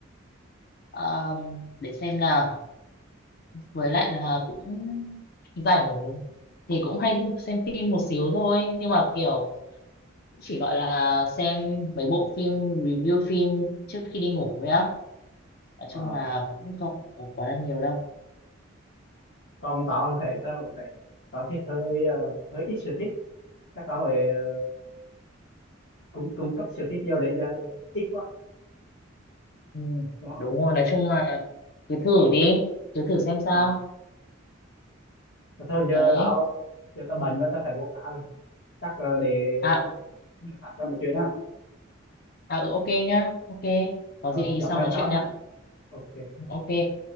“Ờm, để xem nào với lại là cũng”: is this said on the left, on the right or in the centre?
Left